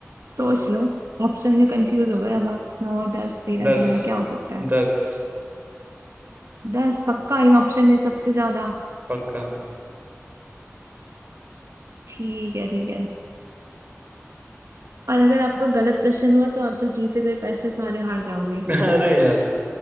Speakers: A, on the right; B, on the right.
A: सोच लो ऑप्शन में कंफ्यूज हो गए अब आप नौ दस तेरह
B: दस
A: ग्यारह क्या हो सकता है
B: दस
A: दस पक्का इन ऑप्शन में सबसे ज्यादा
B: पक्का
A: ठीक है ठीक है और अगर आपका गलत प्रश्न हुआ तो आप जो जीते गए पैसे सारे हार जाओगे
B: अरे यार